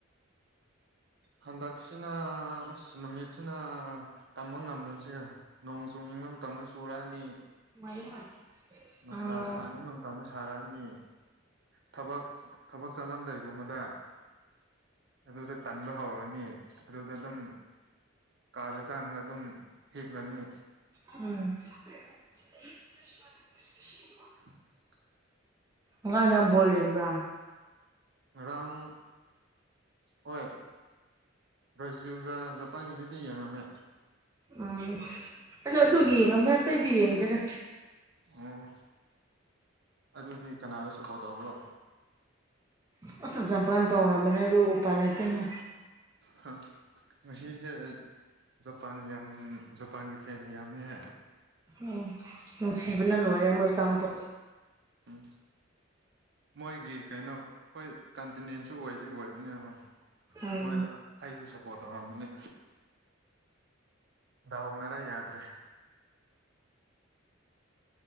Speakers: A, on the right; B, on the right.
A: ꯍꯟꯗꯛꯁꯤꯅ ꯑꯁ ꯅꯨꯃꯤꯠꯁꯤꯅ ꯇꯝꯕ ꯉꯝꯗꯕꯥꯁꯦ ꯅꯣꯡ ꯆꯣꯡꯅꯤꯡꯕ ꯃꯇꯝꯗ ꯆꯨꯔꯛꯑꯅꯤ
B: <unintelligible>
A: ꯅꯨꯡꯁꯥ
B: ꯑꯥ
A: ꯁꯥꯅꯤ ꯃꯇꯝꯁꯨ ꯁꯥꯔꯛꯑꯅꯤ ꯊꯕꯛ ꯊꯕꯛ ꯆꯠꯂꯝꯗꯥꯏꯒꯨꯝꯕꯗ ꯑꯗꯨꯗ ꯇꯟꯕ ꯍꯧꯔꯅꯤ ꯑꯗꯨꯗ ꯑꯗꯨꯝ ꯀꯥꯗ ꯆꯥꯡꯉꯒ ꯑꯗꯨꯝ ꯍꯤꯞꯂꯅꯤ
B: ꯎꯝ <unintelligible>
A: <inaudible>
B: ꯉꯥꯏ ꯅꯪ ꯕꯣꯜ ꯌꯦꯡꯕ꯭ꯔꯥ
A: ꯉꯥꯔꯥꯡ ꯍꯣꯏ ꯕ꯭ꯔꯥꯖꯤꯜꯒ ꯖꯄꯥꯟꯒꯤꯗꯤꯗꯤ ꯌꯦꯡꯉꯝꯃꯦ
B: ꯎꯝ ꯑꯁ ꯑꯗꯨ ꯌꯦꯡꯉꯝꯃꯦ ꯑꯇꯩꯗꯤ ꯌꯦꯡꯗꯦꯔꯥ
A: ꯑꯣ ꯑꯗꯨꯗꯤ ꯀꯅꯥꯗ ꯁꯄꯣꯔꯠ ꯇꯧꯕ꯭ꯔꯣ
B: <unintelligible> ꯖꯝꯄꯀꯥꯟ ꯇꯧꯔꯝꯕꯅꯦ ꯔꯨꯕꯨ ꯎꯄꯥꯏ ꯂꯩꯇꯦꯅꯦ
A: ꯍꯥ ꯉꯥꯁꯤꯁꯦ ꯑꯩ ꯖꯄꯥꯟ ꯌꯥꯝ ꯖꯄꯥꯟꯒꯤ ꯐꯦꯟꯁ ꯌꯥꯝꯃꯦ ꯍꯦ
B: ꯎꯝ ꯅꯨꯡꯁꯤꯕꯅ ꯂꯣꯏꯔꯦ ꯃꯣꯏ ꯆꯥꯡꯕꯨ
A: ꯎꯝ ꯃꯣꯏꯒꯤ ꯀꯩꯅꯣ ꯑꯈꯣꯏ ꯀꯟꯇꯤꯅꯦꯟꯁꯨ ꯑꯣꯏꯗꯤ ꯑꯣꯏꯕꯅꯦ ꯍꯣꯏ
B: ꯎꯝ
A: ꯃꯣꯏꯗ ꯑꯩꯁꯨ ꯁꯕ ꯄꯣꯇꯧꯔꯝꯕꯅꯤ ꯗꯥꯎꯅꯔ ꯌꯥꯗ꯭ꯔꯦ